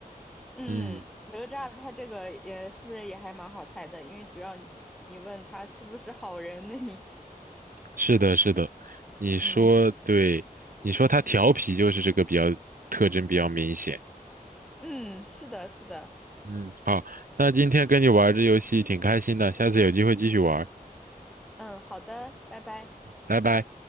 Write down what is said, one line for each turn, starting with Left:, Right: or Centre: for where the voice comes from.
Centre: 嗯，
Right: 嗯，
Centre: 哪吒他这个也是不是也还蛮好猜的，因为主要你你问他是不是好人，那你
Right: 是的，是的，你说对，
Centre: <laughs>，嗯
Right: 你说他调皮就是这个比较特征比较明显。
Centre: 嗯，是的，是的，
Right: 嗯，好，那今天跟你玩儿这游戏挺开心的，下次有机会继续玩儿
Centre: 嗯，好的，拜拜。
Right: 拜拜。